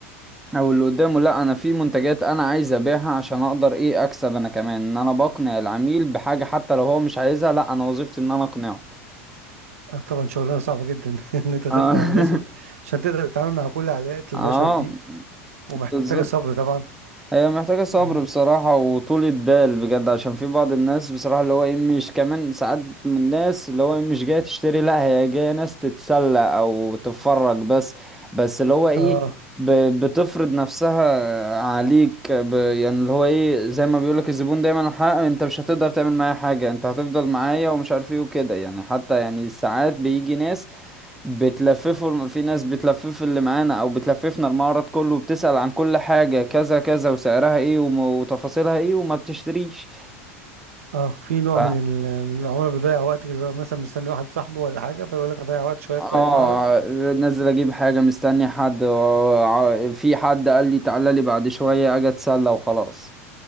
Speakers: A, in the centre; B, on the right.
A: او اللي قدامه لا انا في منتجات انا عايز ابيعها عشان اقدر ايه اكسب انا كمان ان انا بقنع العميل بحاجة حتى لو هو مش عايزها لا انا وظيفتي ان انا اقنعه
B: آه، طبعا شغلانه صعبه جدا <laughs> ان انت تقنع
A: اه
B: الناس وت... عشان تقدر تتعامل مع كل علاقات
A: <laughs>
B: البشر
A: آه،
B: دي ومحتاجه
A: بالظبط
B: صبر طبعا
A: هي محتاجة صبر
B: اه
A: بصراحة وطولة بال بجد عشان في بعض الناس بصراحة اللي هو ايه مش كمان ساعات من الناس اللي هو ايه مش جاية تشتري لا هي جاية ناس تتسلى او تتفرج بس بس اللي هو ايه
B: آه.
A: ب- بتفرض نفسها عليك ب يعني اللي هو ايه زي ما بيقولك الزبون دايما الحق انت مش هتقدر تعمل معايا حاجة انت هتفضل معايا ومش عارف ايه وكده يعني حتى يعني ساعات بيجي ناس بتلففه في ناس بتلفف اللي معانا او بتلففنا المعرض كله وبتسأل عن كل حاجة كذا كذا وسعرها ايه وم- وتفاصيلها ايه وما بتشتريش
B: اه في نوع
A: ف...
B: من ال- من العملاء بيضيع وقت كده بيبقى مثلا مستني واحد صاحبه ولا حاجه فيقول لك اضيع وقت شويه في
A: اه
B: اي معرض
A: نزل اجيب حاجة مستني حد و- ع- في حد قال لي تعالى لي بعد شوية اجي اتسلى وخلاص